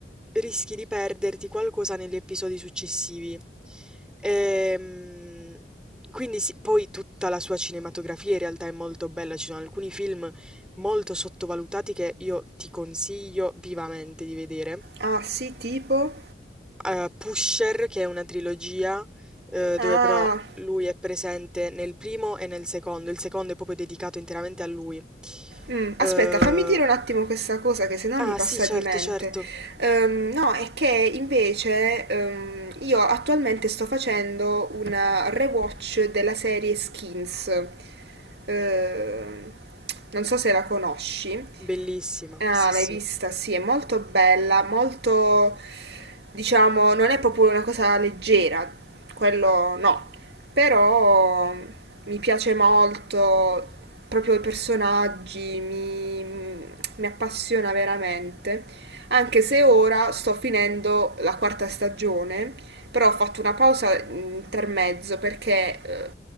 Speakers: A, in the centre; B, on the right.
A: rischi di perderti qualcosa negli episodi successivi. Ehm, quindi sì, poi tutta la sua cinematografia in realtà è molto bella, ci sono alcuni film molto sottovalutati che io ti consiglio vivamente di vedere.
B: Ah, sì, tipo.
A: Eh, Pusher, che è una trilogia, eh,
B: Ah.
A: dove però lui è presente nel primo e nel secondo, il secondo è proprio dedicato interamente a lui.
B: Mm,
A: Eh,
B: aspetta, fammi dire un attimo questa cosa che sennò
A: ah
B: mi passa
A: sì, certo,
B: di mente.
A: certo.
B: Ehm, no, è che invece ehm, io attualmente sto facendo una rewatch della serie Skins. Ehm, non so se la conosci.
A: Bellissima,
B: Ah,
A: sì,
B: l'hai
A: sì.
B: vista? Sì, è molto bella, molto, diciamo, non è proprio una cosa leggera, quello no, però mi piace molto, proprio i personaggi, mi, mi appassiona veramente. Anche se ora sto finendo la quarta stagione, però ho fatto una pausa intermezzo perché eh,